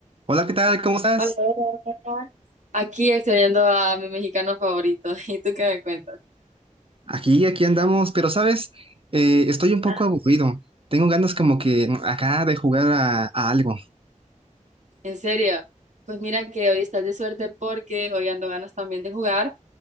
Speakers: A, on the right; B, on the right.
A: Hola, ¿qué tal? ¿Cómo estás?
B: Hola, hola, hola. Aquí extrañando a mi mexicano favorito. <laughs> ¿Y tú qué me cuentas?
A: Aquí, aquí andamos, pero sabes, Eh, estoy un poco
B: Ah,
A: aburrido. Tengo ganas como que mm, acá de jugar a, a algo.
B: En serio, pues mira que hoy estás de suerte porque hoy ando ganas también de jugar.